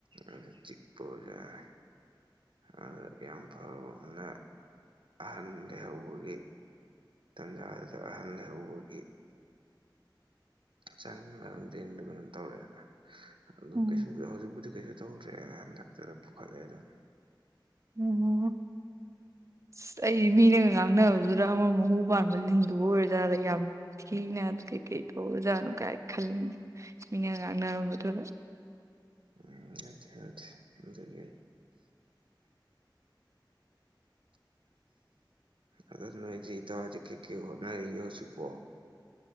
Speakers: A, on the right (about 90°); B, on the right (about 40°).
A: ꯑꯗ ꯆꯤꯛꯄ ꯑꯣꯢꯕ ꯖꯥꯅꯦ ꯑꯗ ꯌꯥꯝ ꯐꯕ ꯑꯃꯅ ꯑꯍꯟ ꯂꯩꯍꯧꯕꯒꯤ ꯇꯟꯖꯥꯗꯨꯗ ꯑꯍꯜ ꯂꯩꯍꯧꯕꯒꯤ <unintelligible> ꯂꯤꯟꯗꯣ ꯀꯩꯅꯣꯝ ꯇꯧꯔꯦꯅ ꯑꯗꯨ
B: ꯎꯝ
A: ꯀꯩꯁꯨ ꯍꯧꯖꯤꯛꯄꯨꯗꯤ ꯀꯩꯁꯨ ꯇꯧꯗ꯭ꯔꯦ ꯗꯥꯛꯇꯗ ꯄꯨꯈꯠꯂꯦ ꯑꯗꯨꯝ
B: ꯑꯣ ꯑꯁ ꯑꯩꯗꯤ ꯃꯤꯅꯒ ꯉꯥꯡꯅꯕꯗꯨꯗ ꯑꯃ ꯃꯍꯨ ꯄꯥꯟꯕ ꯂꯤꯟꯗꯨꯒ ꯑꯣꯏꯔꯖꯥꯠꯂꯥ ꯌꯥꯝ ꯊꯤꯅ ꯑ ꯀꯩꯀꯩ ꯇꯧꯕꯖꯥꯠꯅꯣ ꯀꯥꯏ ꯈꯜꯂꯤ ꯃꯤꯅꯒ ꯉꯥꯡꯅꯔꯝꯕꯗꯨꯗ
A: ꯎꯝ ꯅꯠꯇꯦ ꯅꯠꯇꯦ ꯑꯗꯒꯤ ꯑꯗꯨ ꯅꯣꯏꯗꯤ ꯏꯇꯥꯎ ꯍꯣꯢꯗꯤ ꯀꯩꯀꯩ ꯍꯣꯠꯅꯔꯤꯒꯦ ꯍꯧꯖꯤꯛꯄꯣ